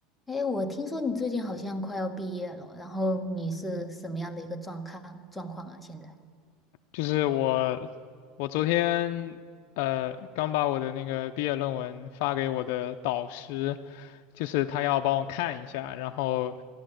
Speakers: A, in the centre; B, on the left.
A: 哎，我听说你最近好像快要毕业了，然后你是什么样的一个状况状况啊？现在？
B: 就是我，我昨天呃刚把我的那个毕业论文发给我的导师，就是他要帮我看一下，然后